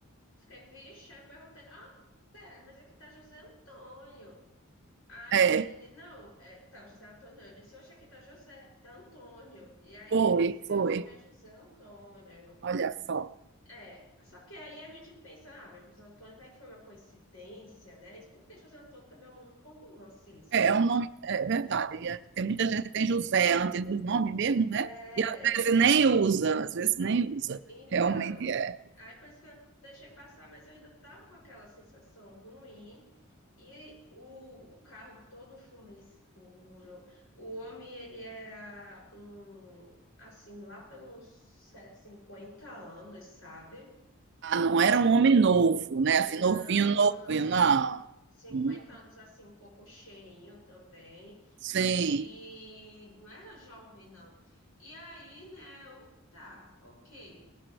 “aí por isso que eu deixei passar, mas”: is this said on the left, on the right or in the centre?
Left